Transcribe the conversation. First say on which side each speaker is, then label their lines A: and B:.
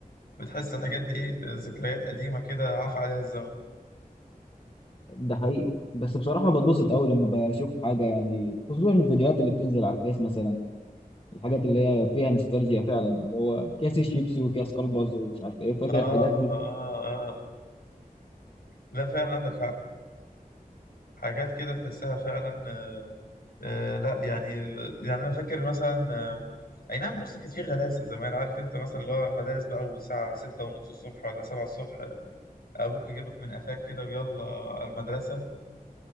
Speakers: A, on the left; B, on the left.
A: بتحس الحاجات دي ايه ذكريات قديمة كده عفى عليها الزمن
B: ده حقيقي بس بصراحه بتبسط قوي لما بشوف حاجه يعني خصوصا الفيديوهات اللي بتنزل على الفيس مثلا الحاجات اللي هي فيها نوستالجيا فعلا اللي هو كاس الشيبسي وكاس كلبز ومش عارف ايه فاكر
A: اه
B: الحاجات دي
A: اه اه آه. لا فعلا عندك حق حاجات كده تحسها فعلا آه لا يعني يعني انا فاكر مثلا آه اي نعم بص كانت في غلاسه زمان عارف انت مثلا اللي هو المدارس بقى والساعه ستة ونص الصبح ولا سبعة الصبح ابوك يجيبك من قفاك كده ويلا على المدرسه